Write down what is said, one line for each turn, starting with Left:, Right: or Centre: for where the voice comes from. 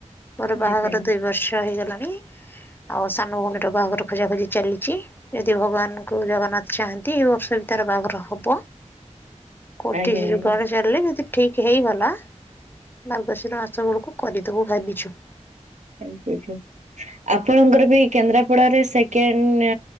Left: ମୋର ବାହାଘର
Right: ଆଜ୍ଞା
Left: ଦୁଇ ବର୍ଷ ହେଇଗଲାଣି ଆଉ ସାନ ଭଉଣୀର ବାହାଘର ଖୋଜାଖୋଜି ଚାଲିଛି। ଯଦି ଭଗବାନଙ୍କୁ ଜଗନ୍ନାଥ ଚାହାନ୍ତି ଏଇ ବର୍ଷ ବି ତାର ବାହାଘର ହବ। କୋଠି
Right: ଆଜ୍ଞା ଆଜ୍ଞା।
Left: <unintelligible> ଯଦି ଠିକ୍ ହେଇଗଲା ମାର୍ଗଶିର ମାସ ବେଳକୁ କରିଦେବୁ ଭାବିଛୁ।
Right: <unintelligible> ଆପଣଙ୍କର ବି କେନ୍ଦ୍ରାପଡାରେ ସେକେଣ୍ଡ